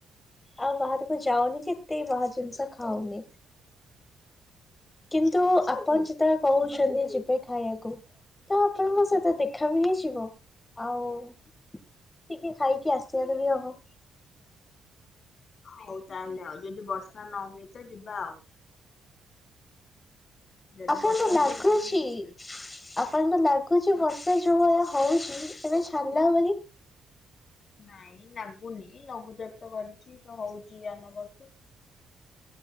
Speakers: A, on the left (about 25°); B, on the left (about 55°).
A: ଆଉ ବାହାରକୁ ଯାଉନି କି ଏତେ ବାହାର ଜିନିଷ ଖାଉନି।
B: ଆଚ୍ଛା
A: କିନ୍ତୁ
B: ଆଚ୍ଛା
A: ଆପଣ ଯେତେବଳେ କହୁଚନ୍ତି ଯିବେ ଖାଇବାକୁ ତ ଆପଣଙ୍କ ସହିତ ଦେଖ ଦେଖା ବି ହେଇ ଯିବ ଆଉ ଟିକେ ଖାଇକି ଆସିବାର ବି ହବ।
B: ହୋଉ ତାହାଲେ ଆଉ ଯଦି ବର୍ଷା ନ ହୁଏ ତ ଯିବା ଆଉ। ଯଦି
A: ଆପଣଙ୍କୁ
B: ବର୍ଷା
A: ଲାଗୁଚି।
B: ହୁଏ ତାହେଲେ ମୁଁ ଯିବିନି।
A: ଆପଣଙ୍କୁ ଲାଗୁଛି ବର୍ଷା ଯୋଉ ଭଳିଆ ହଉଛି ଏବେ ଛାରିଲା ଭଳି।
B: ନାଇଁ ଲାଗୁନି ଲଘୁଚାପ ତ କରିଛି ତ ହଉଛି ଆମର।